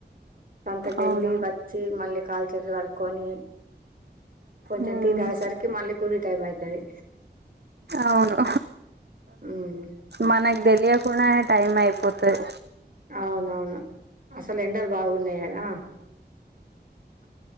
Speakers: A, on the right; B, on the right.
A: సంతకి
B: అవునా
A: వెళ్లి వ చ్చి మళ్ళీ కాలు చేతులు కడుకొని కొంచెం
B: ఉమ్
A: టీ తాగే సరికి మళ్ళీ కుడి టైమ్ అయి తది
B: అవును
A: ఉమ్
B: మనక్ తెలియకుండానే టైం అయిపోతది
A: అవునవును అసలు ఎండలు బాగున్నాయి కదా